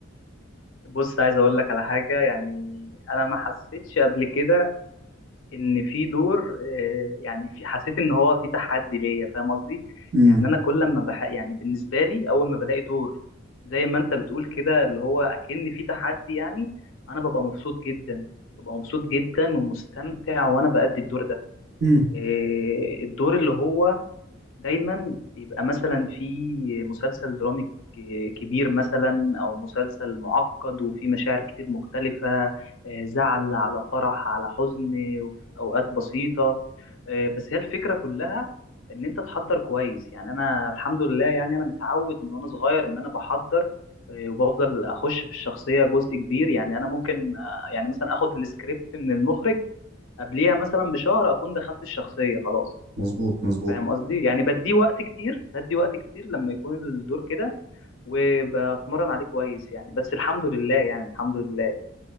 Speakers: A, on the left; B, on the right.
A: بص عايز اقول لك على حاجه يعني انا ما حسيتش قبل كده ان في دور آه، يعني في حسيت ان هو في تحدي ليا فاهم قصدي
B: امم
A: يعني انا كل ما بح يعني بالنسبه لي اول ما بلاقي دور زي ما انت بتقول كده اللي هو اكن في تحدي يعني انا ببقى مبسوط جدا ببقى مبسوط جدا ومستمتع وانا بأدي الدور ده
B: امم
A: آه، الدور اللي هو دايما بيبقى مثلا في مسلسل درامي ك- كبير مثلا او مسلسل معقد وفي مشاعر كتير مختلفة آه، زعل على فرح على حزن وفي اوقات بسيطة آه، بس هي الفكرة كلها ان انت تحضر كويس يعني انا الحمد لله يعني انا متعود من وانا صغير ان انا بحضر آه، وبفضل اخش في الشخصية جزء كبير يعني انا ممكن آه، يعني مثلا اخد السكريبت من المخرج قبليها مثلا بشهر اكون دخلت الشخصية خلاص
B: مظبوط مظبوط
A: فاهم قصدي يعني بديه وقت كتير بدي وقت كتير لما يكون الدور كده وبتمرن عليه كويس يعني بس الحمد لله يعني الحمد لله